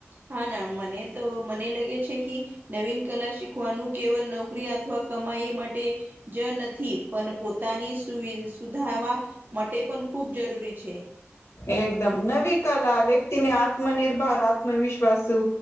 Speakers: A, on the right; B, on the left.
A: હા ના મને તો મને લાગે છે કે નવીનકલા શીખવાનું કેવલ નોકરી અથવા કમાઈ એ માટે જ નથી પણ પોતાની સુવિ સુધાવા માટે પણ ખૂબ જરૂરી છે.
B: એકદમ, નવી કલા વ્યક્તિને આત્મનિર્ભર, આત્મવિશ્વાસુ